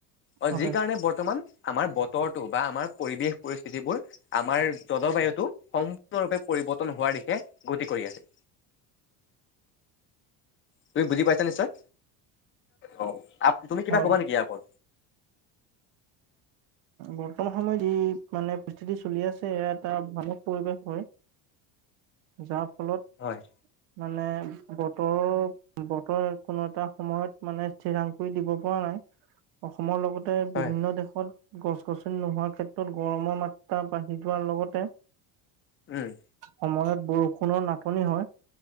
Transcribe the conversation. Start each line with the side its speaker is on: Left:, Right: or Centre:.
Left: অ
Right: হয়,
Left: যি কাৰণে বৰ্তমান আমাৰ বতৰটো বা আমাৰ পৰিৱেশ পৰিস্থিতিবোৰ আমাৰ জলবায়ুটো সম্পূৰ্ণৰূপে পৰিৱৰ্তন হোৱাৰ দিশে গতি কৰি আছে তুমি বুজি পাইছা নিশ্চয় অ তুমি কিবা
Right: হয়।
Left: কবা নেকি আকল
Right: বৰ্তমান সময়ত যি মানে পৰিস্থিতি চলি আছে এয়া এটা ভানক পৰিৱেশ হয় যাৰ ফলত
Left: হয়
Right: মানে বতৰ বতৰে কোনো এটা সময়ত মানে সিৰাং কৰি দিব পৰা নাই অসমৰ লগত তে
Left: হয়
Right: বিভিন্ন দেশত গছ গছনি নোহোৱাৰ ক্ষেত্ৰত গৰমৰ মাত্ৰা বাঢ়ি যোৱাৰ লগতে
Left: উম
Right: সময়ত বৰষুণৰ নাাটনি হয়